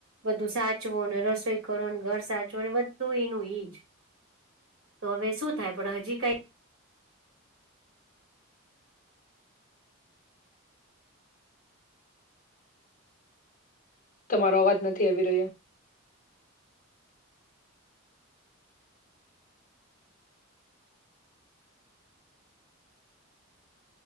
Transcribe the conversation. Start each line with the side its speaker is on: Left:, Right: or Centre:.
Right: બધું સાચવો ને, રસોઈ કરો ને, ઘર સાચવો, બધું એનું ઈ જ. તો હવે શું થાય, પણ હજી કઈ.
Left: તમારો અવાજ નથી આવી રહ્યો.